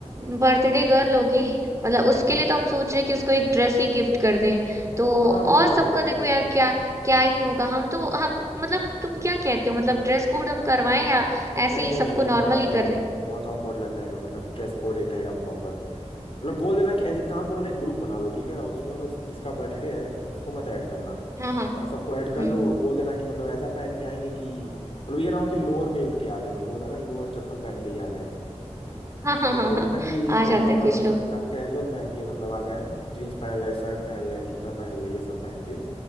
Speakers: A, on the right (about 25°); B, on the left (about 50°).
A: बर्थडे गर्ल होगी मतलब उसके
B: हाँ हाँ
A: लिए तो हम सोच रहे हैं कि उसको एक ड्रेस ही गिफ्ट कर दें तो
B: हाँ वो
A: और
B: भी हो
A: सबका
B: जाएगा वो भी
A: देखो
B: हो
A: यार
B: जाएगा
A: क्या क्या ही होगा हम तो हम मतलब तुम क्या कहते हो मतलब ड्रेस कोड हम करवाएं या ऐसे
B: नहीं
A: ही
B: नहीं
A: सबको
B: नहीं नहीं
A: नॉर्मल
B: बहुत
A: ही
B: बहुत
A: कर दें
B: awkward लग जाएगा मतलब ड्रेस कोड एक रहेगा प्रॉपर मतलब बोल देना कि एक काम करो ना एक ग्रुप बना लो ठीक है और उसमें बस जिसका बर्थडे है उसको मत ऐड करना
A: हाँ हाँ
B: और सबको ऐड कर
A: हम्म
B: लो और बोल देना कि मतलब ऐसा पहन के आएंगे कि मतलब ये ना हो कि लोअर में ही उठ के आ गए मतलब होता है ना लोअर चप्पल पहन के ही आ गए
A: हाँ हाँ
B: मतलब
A: हाँ
B: बोल
A: हाँ
B: देना कि नॉर्मल
A: आ जाते हैं
B: मतलब
A: कुछ लोग
B: अपना कैजुअल पहन के मतलब आ जाएं जीन्स पहन लें शर्ट पहन लें जूता पहन लें ये सब पहन के